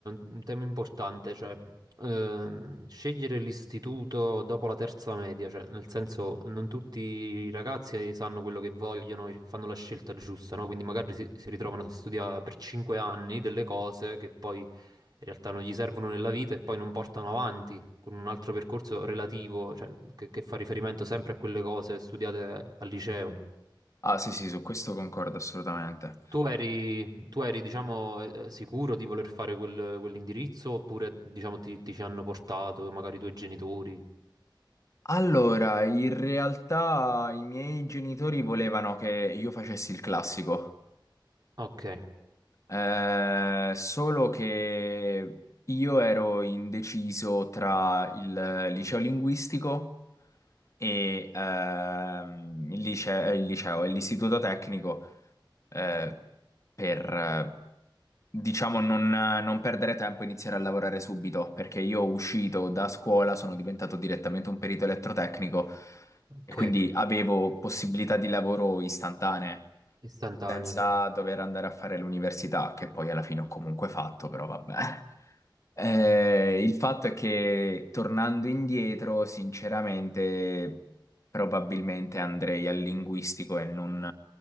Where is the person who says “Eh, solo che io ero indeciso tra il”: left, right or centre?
Left